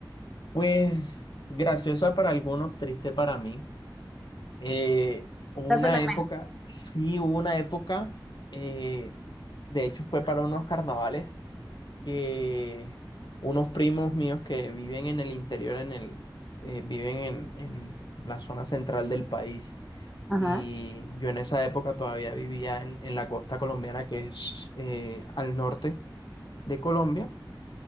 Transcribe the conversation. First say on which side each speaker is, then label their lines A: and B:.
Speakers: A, on the left (about 65°); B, in the centre.
A: Pues graciosa para algunos, triste para mí. Eh, hubo
B: Esas
A: una
B: son las
A: época,
B: mejores.
A: sí hubo una época, eh, de hecho fue para unos carnavales que unos primos míos que viven en el interior, en el, eh, viven en, en la zona central del país.
B: Ajá.
A: Y yo en esa época todavía vivía en, en la costa colombiana, que es eh, al norte de Colombia